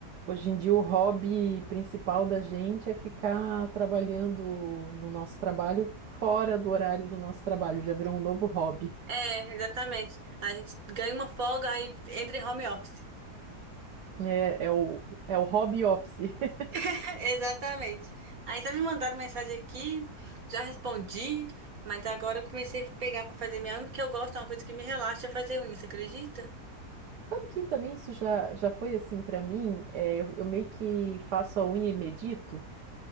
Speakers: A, on the right; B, on the right.
A: hoje em dia o hobby principal da gente é ficar trabalhando no nosso trabalho fora do horário do nosso trabalho, já virou um novo hobby.
B: É, exatamente. A gente ganha uma folga, aí entra em home office.
A: É, é o, é o hobby office. <laughs>
B: <laughs> Exatamente. Aí tá me mandando mensagem aqui, já respondi, mas agora eu comecei a pegar pra fazer minha unha, porque eu gosto, é uma coisa que me relaxa é fazer unha, você acredita?
A: Sabe que também isso já, já foi assim para mim? É, eu, eu meio que faço a unha e medito.